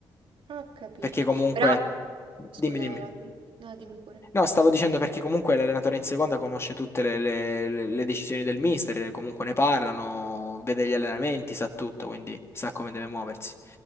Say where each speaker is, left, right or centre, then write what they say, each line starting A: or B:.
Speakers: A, on the right (about 60°); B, on the left (about 25°).
A: ho capito.
B: Perché comunque,
A: Però,
B: dimmi,
A: scusa,
B: dimmi.
A: vai avanti. No, dimmi pure.
B: No, stavo dicendo perché comunque l'allenatore in seconda conosce tutte le, le- le- le decisioni del mister, comunque ne parlano, vede gli allenamenti,
A: Eh,
B: sa tutto, quindi sa come deve muoversi.